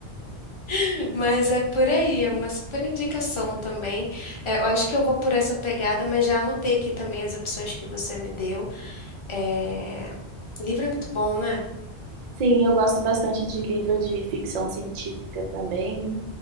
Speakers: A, on the left; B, on the right.
A: <laughs> mas é por aí, é uma super indicação também. É, eu acho que eu vou por essa pegada, mas já anotei aqui também as opções que você me deu. É, livro é muito bom, né?
B: Sim, eu gosto bastante de livro de ficção científica também.